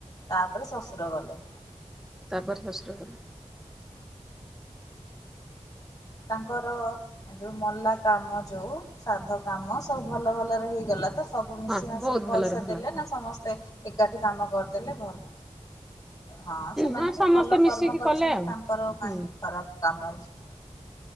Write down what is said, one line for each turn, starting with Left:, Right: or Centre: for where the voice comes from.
Left: ତାପରେ ଶାଶୁର ଗଲେ।
Centre: ତାପରେ ଶଶୁର ଗଲେ।
Left: ତାଙ୍କର ଯୋଉ ମଲା କାମ ଯୋଉ ସ୍ରାଧ କାମ ସବୁ ଭଲ ଭଲରେ ହେଇଗଲା ତ? ସବୁ ମିଶି
Centre: ହଁ
Left: ମାସିକି
Centre: ବହୁତ
Left: ପଇସା
Centre: ଭଲରେ ଭଲ
Left: ଦେଲେ
Centre: କଥା
Left: ନା ସମସ୍ତେ ଏକାଠି କାମ କରିଦେଲେ ଭଲ। ହଁ ସେମାନେ
Centre: ହଁ
Left: ବି
Centre: ସମସ୍ତେ
Left: ଭଲ
Centre: ମିଶିକି
Left: କର୍ମ କରିଚନ୍ତି
Centre: କଲେ ଆଉ
Left: ତାଙ୍କର କାହିଁକି
Centre: ହୁଁ
Left: ଖରାପ କାମ ଅଛି।